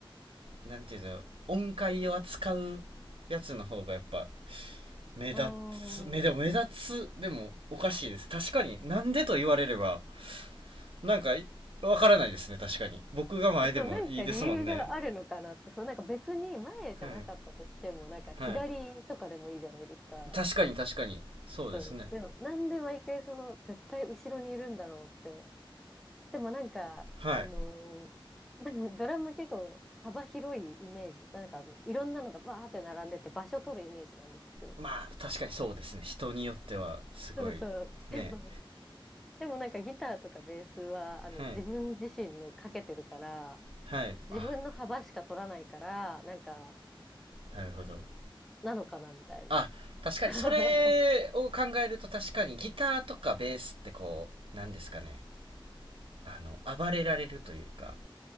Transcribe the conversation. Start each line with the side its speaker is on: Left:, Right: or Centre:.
Right: なんていうんだろう音階を扱うやつの方がやっぱ、目立つ、
Centre: ああ。
Right: 目でも目立つ、でもおかしいです。確かに、なんでと言われれば、なんかわからないですね、確かに。僕が前でもいいですもんね。
Centre: えそう、なんか理由があるのかなって、そう、なんか別に前じゃなかったとしても、
Right: はい。
Centre: なんか左とかでもいいじゃないですか。
Right: はい。確かに確かに。そうですね。
Centre: うん。でも、なんで毎回その、絶対後ろにいるんだろうって。でもなんか、
Right: はい。
Centre: あのーなんか <laughs> ドラム結構幅広いイメージ。なんか、いろんなのがバーって並んでて場所取るイメージなんですよ。
Right: まあ、確かにそうですね。人によっては、すごい、
Centre: そうそう。
Right: ね。
Centre: でも、でもなんかギターとかベースは、あの、
Right: はい。
Centre: 自分自身のかけてるから、
Right: はい。
Centre: 自分の幅しか取らないから、
Right: あ、
Centre: なんか、
Right: なるほど。
Centre: なのかなみたいな。
Right: あ、確かに、
Centre: <laughs>
Right: それを考えると確かに、ギターとかベースってこう、なんですかね。あの、暴れられるというか、